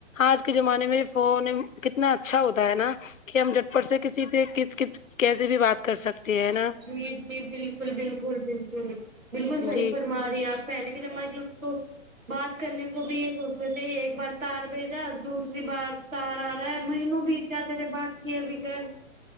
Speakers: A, on the left (about 80°); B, on the right (about 85°).
A: آج کے زمانے میں فون کتنا اچھا ہوتا ہے نا کہ ہم جھٹ پٹ سے کسی سے ک ک کیسے بھی بات کر سکتے ہیں نا
B: جی جی بالکل بالکل بالکل بالکل صحیح
A: جی
B: فرما رہی آپ پہلے کے زمانے کے لوگ تو بات کرنے کو بھی یہ سوچتے تھے ایک بار تار بھیجا دوسر دوسری بار تار آ رہا ہے مہینوں بیت چاہتے تھے بات کیے بغیر